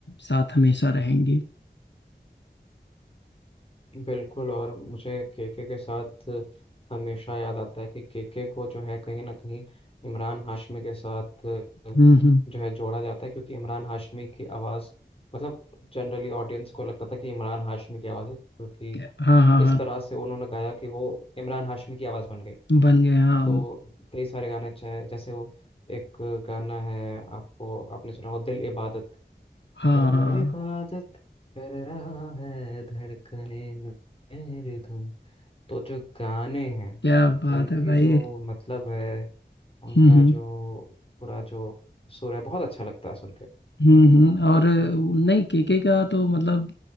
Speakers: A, on the left; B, on the left.
A: साथ हमेशा रहेंगी
B: बिल्कुल और मुझे केके के साथ हमेशा याद आता है कि केके को जो है कहीं ना कहीं इमरान हाशमी के साथ अ,
A: हम्म हम्म
B: जो है जोड़ा जाता है क्योंकि इमरान हाशमी की आवाज़ मतलब जनरली ऑडियंस को लगता था कि इमरान हाशमी की आवाज़ है क्योंकि
A: क्या- हाँ हाँ
B: इस
A: हाँ
B: तरह से उन्होंने गाया कि वो इमरान हाशमी की आवाज़ बन गई
A: बन गए हाँ हम-
B: तो कई सारे गाने अच्छे हैं जैसे वो एक गाना है आपको आपने सुना हो दिल इबादत
A: हाँ
B: दिल
A: हाँ हाँ,
B: इबादत कर रहा है धड़कने मेरे धुन तो जो गाने हैं
A: क्या बात
B: उनकी
A: है भाई
B: जो मतलब है उनका
A: हम्म हम्म
B: जो पूरा जो सुर है बहुत अच्छा लगता है सुन के
A: हम्म हम्म, और नहीं केके का तो मतलब